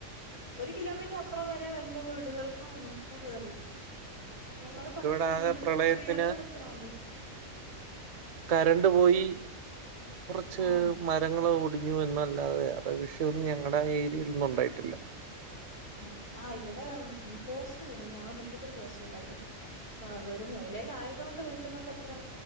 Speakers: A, on the left; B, on the right.
A: ഒരു കിലോമീറ്റർ അപ്പുറം വരെ വല്ല വീടുകൾക്കും നമ്മൾക്കും കേറല്ല ഞങ്ങള്
B: ഞങ്ങൾക്കിവിടെ
A: കൊറച്ച്
B: ആകെ
A: വീട്
B: പ്രളയത്തിന്
A: കൊറച്ച് ഉയർന്നതക്കടണ്ട്
B: കരണ്ട് പോയി കുറച്ച്
A: ആഹ്
B: മരങ്ങൾ ക ഞ്ഞു എന്നല്ലാതെ വേറെ വിഷയൊന്നും ഞങ്ങളുടെ ആ ഏരിയൽൊന്നും ഉണ്ടായിട്ടില്ല
A: ആഹ ആ ഇവിടെ പോസ്റ്റ് വീട ഞങ്ങള് മുറ്റത്ത്രു പോസ്റ്റ് ഉണ്ടായില്ല ആ അതൊരു മൂലയില ആയതുകൊണ്ട് വീട്ടന്നൊക്കെ അത്ര